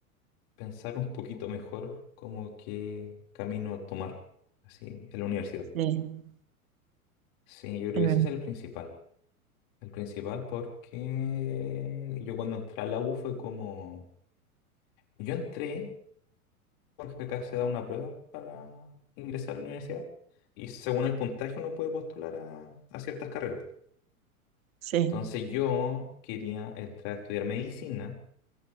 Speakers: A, on the left (about 50°); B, on the right (about 65°).
A: pensar un poquito mejor como qué camino tomar, así, en la universidad.
B: Sí,
A: Sí, yo creo
B: es
A: que
B: verdad.
A: ese es el principal. El principal porque yo cuando entré a la U fue como... Yo entré Porque acá se da una prueba para ingresar a la universidad y según el puntaje uno puede postular a, a ciertas carreras.
B: Sí.
A: Entonces yo quería entrar a estudiar medicina,